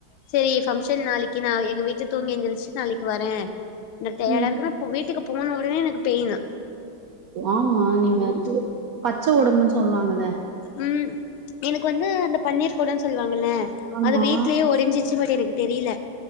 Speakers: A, on the left; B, on the right.
A: சேரி ஃபங்க்ஷன் நாளைக் கீ நா எங்க வீட்ல தூங்கி எந்துருச்சு நாளைக்கு வர எனக் டயடா
B: ம்
A: இருக்குன்னா இப்போ வீட்டுக்கு போன ஒடனே எனக் கு பெயினு
B: ஆமா நீங்க ஏக்சுவலி பச்ச ஒடம்புன் சொல்வாங்கள்ல
A: ம் எனக்கு வந்து அந்த பன்னீர் கொடோன் சொல்லுவாங்கல்ல
B: ஆமா
A: அது வீட்லயே ஒடஞ்சிருச்சு பட் எனக்கு தெரியில